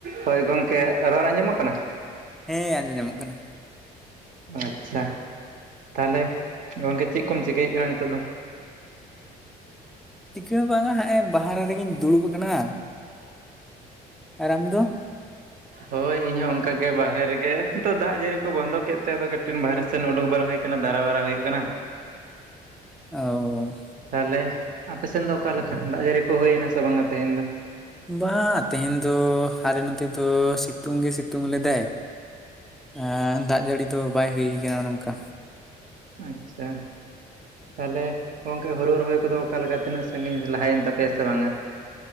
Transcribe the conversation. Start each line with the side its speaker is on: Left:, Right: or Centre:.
Right: ᱦᱳᱭ ᱜᱚᱝᱠᱮ ᱨᱚᱲ ᱟᱸᱡᱚᱢᱚᱜ ᱠᱟᱱᱟ?
Centre: ᱦᱮᱸ ᱟᱸᱡᱚᱢ ᱧᱟᱢᱚᱜ ᱠᱟᱱᱟ᱾
Right: ᱟᱪᱪᱷᱟ ᱛᱟᱦᱞᱮ ᱜᱚᱝᱠᱮ ᱪᱮᱫ ᱠᱚᱢ ᱪᱤᱠᱟᱹᱭᱮᱫ ᱠᱟᱱᱟ ᱱᱤᱛᱳᱜ ᱫᱚ?
Centre: ᱪᱤᱠᱟᱹ ᱦᱚᱸ ᱵᱟᱝᱟ ᱦᱟᱸᱜᱼᱟᱭ ᱵᱟᱦᱟᱨᱮ ᱨᱮᱜᱮᱧ ᱫᱩᱲᱩᱵ ᱟᱠᱟᱱᱟ, ᱟᱨ ᱟᱢ ᱫᱚ?
Right: ᱦᱳᱭ ᱤᱧᱦᱚᱸ ᱚᱝᱠᱟ ᱜᱮ ᱵᱟᱦᱨᱮ ᱨᱮᱜᱮ, ᱛᱚ ᱫᱟᱜ ᱡᱟᱹᱲᱤ ᱠᱚ ᱵᱚᱱᱫᱚ ᱠᱮᱫ ᱛᱮ ᱟᱫᱚ ᱠᱟᱹᱴᱤᱡ ᱵᱟᱦᱨᱮ ᱥᱮᱫ ᱩᱰᱩᱠ ᱵᱟᱲᱟ ᱦᱳᱭ ᱠᱟᱱᱟ ᱫᱟᱨᱟ ᱵᱟᱨᱟ ᱦᱳᱭᱳᱜ ᱠᱟᱱᱟ᱾
Centre: ᱚᱻ᱾
Right: ᱛᱟᱦᱚᱞᱮ ᱟᱯᱮ ᱥᱮᱱ ᱫᱚ ᱚᱠᱟ ᱞᱮᱠᱟ ᱫᱟᱜ ᱡᱟᱹᱲᱤ ᱠᱚ ᱦᱳᱭᱮᱱᱟ ᱥᱮ ᱵᱟᱝᱟ ᱛᱮᱦᱮᱧ ᱫᱚ?
Centre: ᱵᱟᱝ ᱛᱮᱦᱮᱧ ᱫᱚ ᱟᱞᱮ ᱱᱚᱛᱮ ᱫᱚ ᱥᱤᱛᱩᱝ ᱜᱮ ᱥᱤᱛᱩᱝ ᱞᱮᱫᱟᱭ᱾ ᱟᱻ ᱫᱟᱜ ᱡᱟᱹᱲᱤ ᱫᱚ ᱵᱟᱭ ᱦᱩᱭ ᱠᱟᱱᱟ ᱱᱚᱝᱠᱟ᱾
Right: ᱟᱪᱪᱷᱟ᱾ ᱛᱟᱦᱚᱞᱮ ᱜᱚᱝᱠᱮ ᱦᱳᱨᱳ ᱨᱚᱦᱚᱭ ᱠᱚᱫᱚ ᱚᱠᱟ ᱞᱮᱠᱟ ᱛᱤᱱᱟᱹᱜ ᱥᱟᱺᱜᱤᱧ ᱞᱟᱦᱟᱭᱮᱱ ᱛᱟᱯᱮᱭᱟ ᱥᱮ ᱵᱟᱝᱟ?